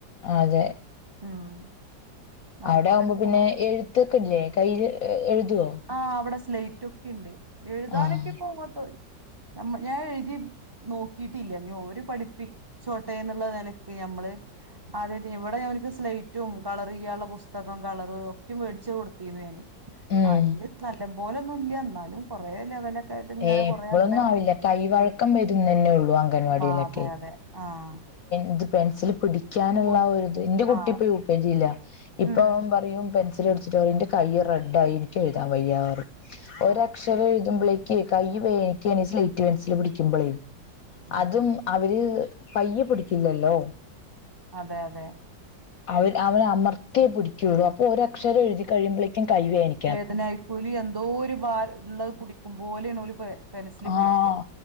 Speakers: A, on the left (about 60°); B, on the right (about 15°).
A: അതെ
B: ഉം അപ്പൊ
A: അവടെ ആവുമ്പോ
B: അങ്ങനെ പോവും
A: പിന്നെ എഴുത്തൊക്കില്ലേ കയ്യിൽ എഴുതൊ
B: ആഹ് ഇവടെ സ്ലൈറ്റൊക്കെ ഉണ്ട് എഴുതാനൊക്കെ
A: ആഹ്
B: പോങ്ങത്തോയി ഞാൻ എഴുതി നോക്കിയിട്ടില്ല ഇനി ഓരോ പഠിപ്പി ചോട്ടേന്നുള്ള നെലക്ക് ഞമ്മള് ആദ്യ എവിടെ ഞാനൊൻക്ക് സ്ലൈ റ്റും കളർയ്യാനുള്ള പുസ്തകം കളറ് ഒക്കെ വേടിച്ചു കൊടുത്തിരുന്നു ഞാന്
A: ഉം
B: അതില് നല്ലപോലൊന്നും ഇല്ല എന്നാലും കൊറേ ലെവല് ട്ട് ഇങ്ങനെ
A: ഏ
B: കൊറേ
A: എപ്പോഴൊന്നും
B: അവിടെ <unintelligible>
A: ആവില്ല കൈവഴക്കം വരുന്നന്നെ ഉള്ളൂ അംഗൻവാടിയിലൊക്കെ
B: ആഹ് അതെ അതെ ആഹ്
A: ഇത് പെൻസിൽ പിടി ക്കാനുള്ള
B: പൊടി
A: ആ ഒരു ഇത് ഇന്റെ കുട്ടി
B: ആ
A: ഇപ്പൊ യൂ കെ ജിലാ ഇപ്പൊ
B: ഉം
A: പറയും പെൻ സില് പിടിച്ചിട്ട് പറയും ഇന്റെ കയ്യി റെഡായി എനി എഴുതാൻ വയ്യാ
B: ആഹ്
A: ഒരക്ഷ ഇത്ര എഴുതുമ്പളേക്കി കയ്യി വേയ്യിക്കാണ് ഈ സ്ലേറ്റ് പെൻസിൽ പിടിക്കുമ്പോളേ
B: ഉം
A: അതും അവര് പയ്യി പിടിക്കില്ലല്ലോ
B: അതെ അതെ
A: അവ അവനി അമർത്തിയേ പിടിക്കുകുള്ളു അപ്പൊ ഒരക്ഷരം എഴുതി കഴിയുമ്പോഴേക്കും കയിവേനിക്
B: വേദനായിക്കൂലി എന്തോ ഒരു ഭാര ഉള്ളത് കുടിക്കും പോലെയണൊലി പ പെനസില് കുടിക്ക
A: ആഹ്